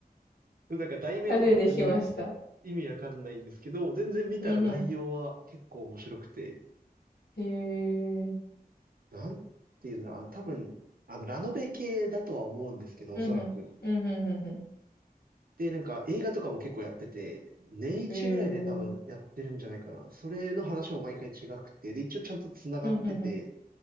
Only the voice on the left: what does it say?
初めて聞きました。
うんうん。へえ。
うんうん。
うんうんうんうん。
へえ。
うんうんうん。